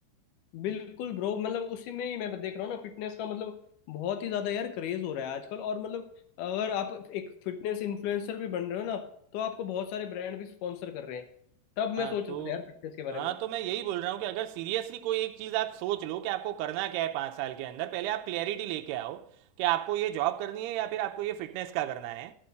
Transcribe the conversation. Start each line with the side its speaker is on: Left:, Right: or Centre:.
Left: बिल्कुल ब्रो मतलब उसी में ही मैं देख रहा हूँ ना फिटनेस का मतलब बहुत ही ज्यादा यार क्रेज हो रहा है आजकल और मतलब अगर आप एक फिटनेस इन्फ्लुएंसर भी बन रहे हो ना तो आपको बहुत सारे ब्रांड भी स्पॉन्सर कर रहे हैं तब मैं
Right: हाँ
Left: सोच
Right: तो
Left: रहा था यार फिटनेस के बारे
Right: हाँ
Left: में
Right: तो मैं यही बोल रहा हूँ कि अगर सीरियसली कोई एक चीज़ आप सोच लो कि आपको करना क्या है पाँच साल के अंदर पहले आप क्लैरिटी लेके आओ कि आपको ये जॉब करनी है या फिर आपको ये फिटनेस का करना है